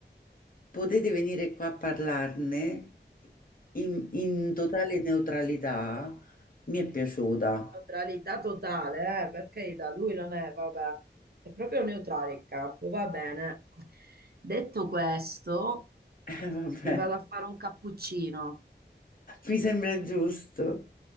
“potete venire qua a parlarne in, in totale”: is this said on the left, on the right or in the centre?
Left